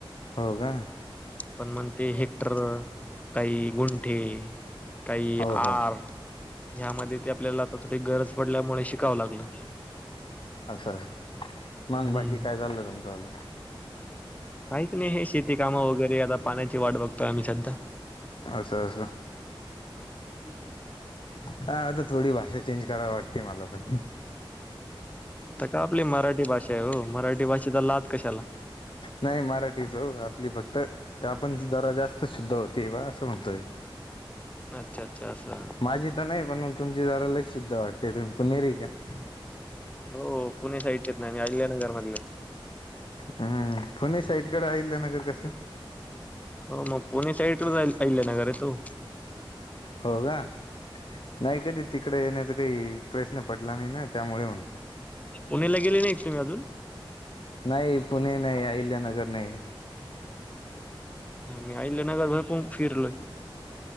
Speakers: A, on the left; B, on the left.
A: हो का?
B: पण मग ते हेक्टर, काही गुंठे, काही
A: हो
B: आर
A: हो.
B: ह्यामध्ये ते आपल्याला आता थोडी गरज पडल्यामुळे शिकावं लागलं.
A: असं असं, मग
B: हम्म
A: बाकी काय चाललं तुमच वालं?
B: काहीच नाही हे शेती काम वगैरे आता पाण्याची वाट बघतोय आम्ही सध्या.
A: असं असं
B: <inaudible>
A: काय आता थोडी भाषा चेंज करावी वाटते मला तर.
B: तर काय आपली मराठी भाषा आहे हो, मराठी भाषेचा लाज कशाला.
A: नाही मराठीच हो आपली फक्त आपण जरा जास्त शुद्ध होते बा असं म्हणतोय.
B: अच्छा, अच्छा असं
A: माझी तर नाही पण तुमची जरा लई शुद्ध वाटते. तुम्ही पुणेरी हाय का?
B: हो पुणे साईडच्याच नाही मी अलिल्या नगरमधले
A: हम्म पुणे साईडकडे आहिल्या नगर कसं?
B: हो मग पुणे साईडवरच आहिल्यानगर आहेत हो.
A: हो का? नाही कधी तिकडं येण्याचा काही प्रश्न पडला नाही ना त्यामुळे म्हणतोय.
B: पुण्याला गेले नाही तुम्ही अजून?
A: नाही, पुणे नाही, अहिल्यानगर नाही,
B: मी आईल्यानगरला पन फिरलोय.